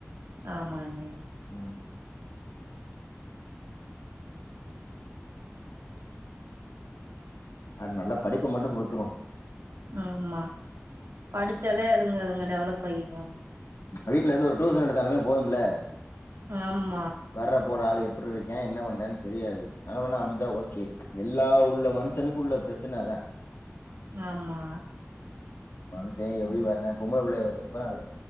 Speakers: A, on the right; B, on the left.
A: ஆமானே
B: ம் அ நல்லா படிப்பு மட்டு குடுத்துரு
A: ஆமா படிச்சாலே ங்க டெவலப் பையிருவாங்க
B: வீட்லிருந்து ஒரு டியூசன் எடுத்தாலுமே போதும்ல
A: ஆம்
B: வர்ற போற ஆளு எப் ப்புட்ருக்கே என்ன பண்னன்னு தெரியாது நல்லவனா அமஞ்சா ஓகே எல்லா உள்ள மனுஷனுக்கு உள்ள ப்ரெச்சன அதா
A: ஆமா
B: மனுஷன் எப்டி
A: ம்
B: வர்றே பொம்பள புள்ளைய வ <unintelligible>